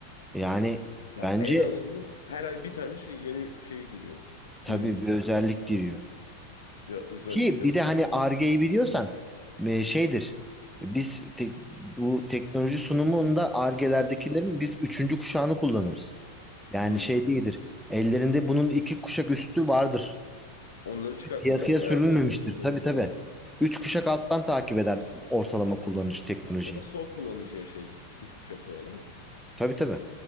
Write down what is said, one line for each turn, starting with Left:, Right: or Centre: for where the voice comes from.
Centre: Yani
Left: Ya
Centre: bence
Left: en azından her ay bir tane şey yeni şey giriyor
Centre: tabii
Left: ürünü.
Centre: bir özellik giriyor.
Left: Ya özellik
Centre: Ki
Left: ya
Centre: bir
Left: ürün.
Centre: de hani Ar-Ge'yi biliyorsan e, şeydir. E, Biz te- bu teknoloji sunumunda Ar-Ge'lerdekilerin biz üçüncü kuşağını kullanırız. Yani
Left: Hmm.
Centre: şey değildir. Ellerinde bunun iki kuşak üstü vardır.
Left: Onları çıkartmıyorlar
Centre: Piyasaya
Left: veya
Centre: sürülmemiştir.
Left: özel müşterilere
Centre: Tabii
Left: veriyorlar.
Centre: tabii. Üç kuşak alttan takip eder ortalama kullanıcı teknolojiyi.
Left: O da son kullanıcıya şey 3 kuşak sonra değil mi?
Centre: Tabii tabii.